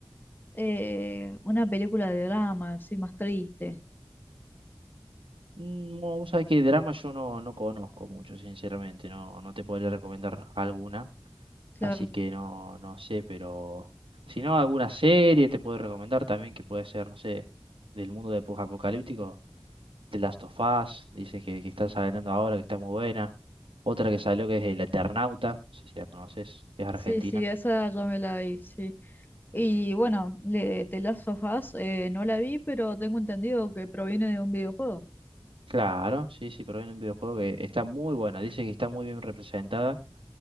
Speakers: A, on the left; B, on the right.
A: eh, una película de drama, así más triste.
B: Mm, No, vos sabés que drama yo no, no conozco mucho, sinceramente, no, no te podría recomendar alguna,
A: Claro.
B: así que no, no sé, pero si no, alguna serie te puedo recomendar también que puede ser, no sé, del mundo de post-apocalíptico, The Last of Us, dice que, que está saliendo ahora, que está muy buena. Otra que salió que es El Eternauta, no sé si la conoces, que es argentina.
A: Sí, sí, esa ya me la vi, sí. Y
B: Mm.
A: bueno, le, The Last of Us, eh, no la vi, pero tengo entendido que proviene de un videojuego.
B: Claro, sí, sí, pero en un videojuego que está muy buena. Dice que está muy bien representada